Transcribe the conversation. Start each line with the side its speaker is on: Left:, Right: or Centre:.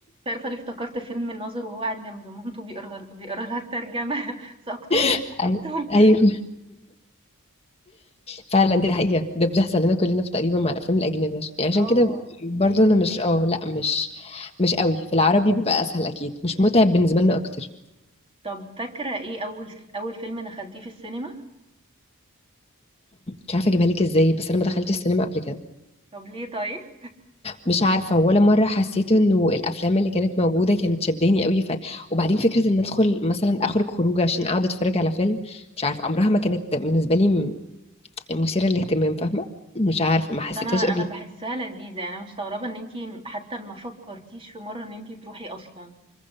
Right: مش عارفة ليه افتكرت فيلم الناظر وهو قاعد جنب مامته بيقرا ل بيقرا لها الترجمة <laughs> سأقتلك،
Left: <laughs>
Right: سأقتلك.
Left: أي- ايوه فعلا دي حقيقه ده بيحصل لنا كلنا في تقريبا مع الافلام الاجنبيه عشان يعني عشان
Right: آه،
Left: كده برضو
Right: أيوه.
Left: انا مش اه لا مش مش قوي في العربي بيبقى اسهل اكيد مش متعب بالنسبه لنا اكتر
Right: طب فاكرة إيه أول س أول فيلم دخلتيه في السينما؟
Left: مش عارفه اجيبها لك ازاي بس انا ما دخلتش السينما قبل كده
Right: طب ليه طيب؟
Left: مش عارفه ولا مره حسيت انه الافلام اللي كانت موجوده كانت شداني قوي ف... وبعدين فكره ان ادخل مثلا اخرج خروجه عشان اقعد اتفرج على فيلم مش عارفه عمرها ما كانت بالنسبه لي م- مثيره للاهتمام فاهمه مش عارفه ما حسيتهاش
Right: أنا أنا
Left: قبل
Right: باحسها
Left: كده
Right: لذيذة يعني أنا مستغربة إن أنتِ حتى ما فكرتيش في مرة إن أنتِ تروحي أصلًا.